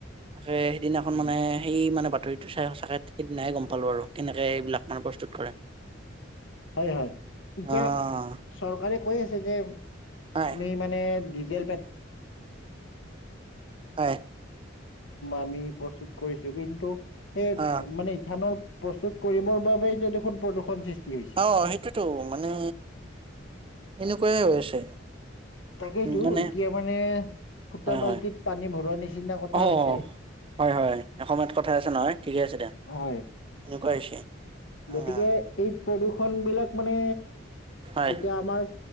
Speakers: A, on the right; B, on the left.
A: তাকে সেইদিনাখন
B: উম
A: মানে সেই মানে বাতৰিটো চাই সঁচাকে সেইদিনাইে গম পালো আৰু কেনেকে এইবিলাক মানে প্ৰস্তুত কৰে।
B: হয় হয়, এতিয়া
A: অ',
B: চৰকাৰে কৈ আছে যে
A: হয়।
B: <inaudible> কৰিবলৈ এয়া
A: হয়,
B: আমি প্ৰস্তুত কৰিছো কিন্তু, সেই
A: অ',
B: মানে ইথানল প্ৰস্তুত কৰিবৰ বাবোব দেখোন প্ৰদূষণ সৃষ্টি হৈছে
A: অ', সেইটোৱেটো মানে এনেকুৱাইে হৈ আছে।
B: তাকেইটো
A: মানে
B: এতিয়া মানে সুতা
A: হয়,
B: বাল্টিত
A: হয়,
B: পানী ভৰোৱা নিচিনা কথা
A: অ',
B: হৈছে।
A: হয় হয়, এসময়ত কথা আছে নহয় ঠিকে আছে দে,
B: হয়
A: এনেকুৱা হৈছে।
B: গতিকে
A: অ',
B: এই প্ৰদূ্ষণ বিলাক মানে
A: হয়,
B: এতিয়া আমাৰ